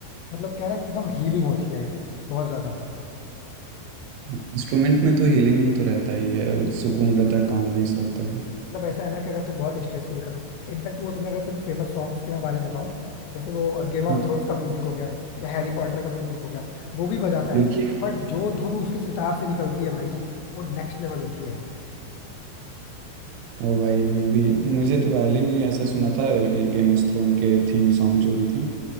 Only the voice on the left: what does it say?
मतलब कह रहा है एकदम हीलिंग होती है बहुत ज्यादा
मतलब ऐसा है ना कि अगर तुम बहुत स्ट्रेस फील कर रहे हो इनफैक्ट वो तुम्हें अगर कुछ फेमस सॉन्ग्स के मैं बारे में बताऊं जैसे वो गेम ऑफ
थ्रोन्स का म्यूजिक हो गया या हैरी पॉटर का म्यूजिक हो गया वो भी बजाता
है बट जो धुन उसके सितार से निकलती है भाई वो नेक्स्ट लेवल होती है